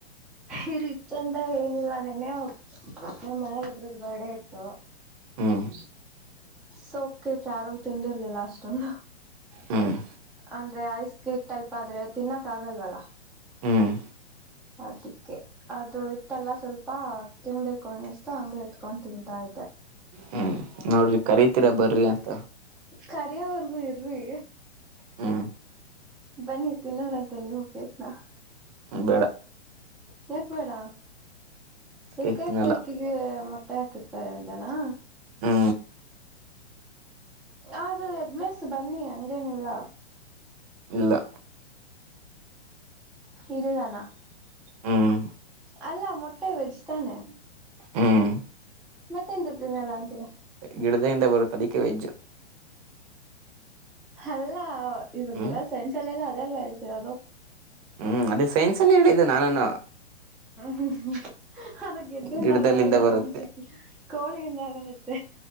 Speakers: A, in the centre; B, on the right.
A: ಈರಿಚ್ ಅಂತ ಏನಿಲ್ಲ ನೆನೆ ನಮ್ಮ ಮಹ ಇದ ಇದ್ರ್ದ ಬಾಡ ಇತ್ತುು
B: ಹ್ಮ್
A: ಸೌಕ್ಯಕ್ ಯಾರು ತಿಂಡಿರ್ಲಿಲ್ಲ ಅಷ್ಟೊಂದು
B: ಹ್ಮ್
A: ಅಂದ್ರೆ ಐಸ್ ಕೇಕ್ ಟೈಪ್ ಆದ್ರೆ ತಿನ್ನಕ್ ಆಗಲ್ವಲ್ಲ
B: ಹ್ಮ್
A: ಅದಕ್ಕೆ ಅದು ಇತ್ತಲ್ಲ ಸ್ವಲ್ಪ ತಿನ್ಬೇಕು ಅನ್ನಿಸ್ತು ಹಂಗೆ ಇತ್ಕೊಂಡು ತಿಂತವಿ ತಾಯ್ದ
B: ಹ್ಮ್ ನೋಡ್ರಿ ಕರಿತೀರಾ ಬರ್ರಿ ಅಂತ
A: ಕರಿವರ್ಗು ಇರ್ರಿ
B: ಹ್ಮ
A: ಬನ್ನಿ ತಿ ನರ ಅಂತೇ ನೀ ಹೋಗ್ಬೇಕನಾ
B: ಬೆಳ
A: ಯಾಕ್ ಬೇಡ ಯಕಏಕಿಗೆಟ್ಟ
B: ಕೇಕ್ ತಿನ್ನಲ್ಲ
A: ಅಟ್ಟೆ ಹಾಕಿರ್ತಾರೆ ಅಂತನಾ
B: ಹಾ
A: ಅದು ಎದಲೇಸ್ ಬನ್ನಿ ಹಂಗೇನಿಲ್ಲ
B: ಇಲ್ಲ
A: ಇದಾನ
B: ಹ್ಮ್
A: ಅಲ್ಲ ಮೊಟ್ಟೆ ವೆಜ್ ತಾನೆ
B: ಹ್ಮ್
A: ಮತ್ತೆಂತತನ ಎಲ್ಲ ಅಂತೀರಾ
B: ಗಿಡದಿಂದ ಬರುತ್ತ ಅದಕ್ಕೆ ವೆಜ್ಜು
A: ಅಲ್ಲ ಇವಾಗರ
B: ಹ್ಮ್
A: ಸೈನ್ಸ್ ಅಲ್ಲೆಲ್ಲ ಸರ ಅದದು
B: ಹ್ಮ್ ಅದೇ ಸೈನ್ಸ್ ಅಲ್ಲಿ ಹೇಳಿದ್ದ ನಾನಾನ
A: ಹು ಹೂ ಅದು ಗೆಡ್ಡೆಯಿಂದ
B: ಗಿಡದಲ್ಲಿಂದ
A: ಬರಲ್ಲ
B: ಬರುತ್ತೆ
A: ಚುಕ್ಕ ಕೋಳಿಯಿಂದ ಬರತ್ತೆ